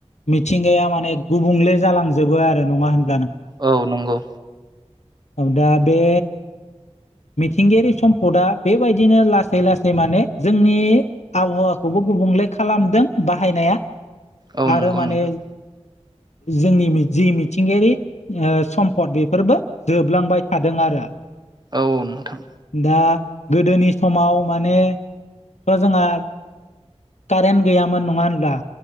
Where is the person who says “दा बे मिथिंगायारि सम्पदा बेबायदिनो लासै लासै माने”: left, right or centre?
Left